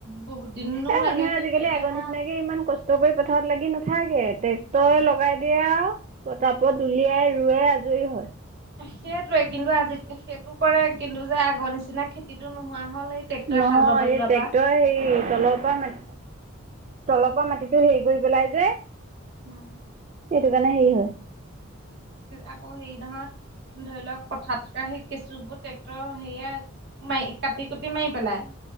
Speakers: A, on the right; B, on the right.
A: বহুত দিনো
B: এ
A: লাগে
B: মানুহে আজিকালি আগৰ
A: <unintelligible>
B: নিচিনাকে ইমান কষ্ট কৰি পথাৰত লাগি নাথাকে ট্ৰেক্টৰে
A: উম
B: লগাই দিয়ে আৰু, পতাপত উলিয়াই ৰুৱে আজৰি হয়।
A: সেইটোৱে কিন্তু আজি সেইটো কৰে কিন্তু যে আগৰ নিচিনা খেতিটো নোহোৱা হ'ল এই ট্ৰেক্টৰে
B: নহয়
A: হাল বাব
B: এই
A: লোৱাৰ
B: ট্ৰেক্টৰ
A: পৰা
B: হেৰি তলৰ পৰা মাটি তলৰ পৰা মাটিতো হেৰি কৰি পেলাই যে।
A: অ'।
B: সেইটো কাৰণে হেৰি হয়।
A: আকৌ হেৰি নহয় ধৰি লওঁক পথাৰত থকা সেই কেঁচু বোৰ ট্ৰেক্টৰৰ হেৰিয়াই মাৰি কাটি, কুটি মাৰি পেলাই।